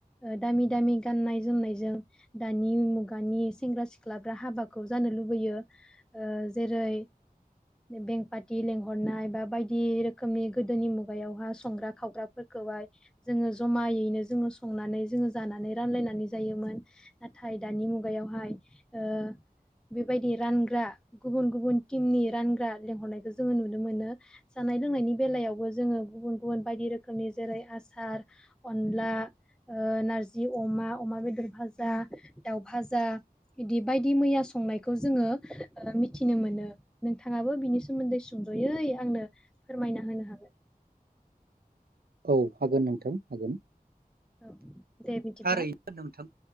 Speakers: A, in the centre; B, on the right.
A: ओ दामि दामि गाननाय जोमनायजों दानि मुगानि सेंग्रा सिख सिख्लाफ्रा हाबाखौ जानो लुबैयो ओ जेरै बेंपाथि लेंहरनाय बा बायदि रोखोमनि गोदोनि मुगायावहा संग्रा खावग्रा खौहाय जोङो ज जमायैनो जोङो संनानै जोङो जानानै रानलायनानै जायोमोन नाथाय दानि मुगायावहाय ओ बेबायदि रानग्रा गुबुन गुबुन टिमनि रानग्रा लेंंहरनायखौ जोङो नुनो मोनो। जानाय लोंनायनि बेलायावबो जोङो गुबुन गुबुन बायदि रोखोमनि जेरै आसार अनला ओ नारजि अमा अमा बेदर भाजा दाउ भाजा बिदि बायदि मैया संनायखौ जोङो ओ मिथिनो मोनो नोंथाङाबो बिनि सोमोन्दै सुंद'यै आंनो फोरमायना होनो हागोन
B: <inaudible> औ हागोन नोंथां हागोन।
A: औ दे बिदिब्ला
B: थारैनो नोंथां